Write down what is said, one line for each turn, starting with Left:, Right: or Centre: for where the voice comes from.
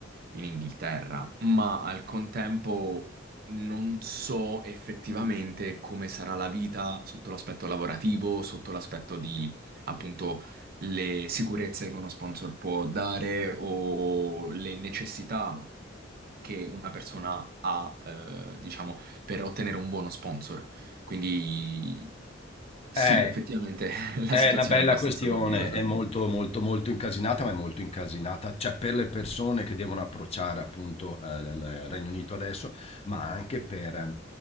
Right: in Inghilterra, ma al contempo non so effettivamente come sarà la vita sotto l'aspetto lavorativo, sotto l'aspetto di appunto le sicurezze che uno sponsor può dare o le necessità che una persona ha, eh, diciamo, per ottenere un buono sponsor. Quindi sì,
Left: è,
Right: effettivamente <laughs> la
Left: è
Right: situazione
Left: una bella
Right: è abbastanza
Left: questione,
Right: dubbiosa.
Left: è molto, molto, molto incasinata, ma è molto incasinata, cioè per le persone che devono approcciare appunto eh, il il Regno Unito adesso, ma anche per,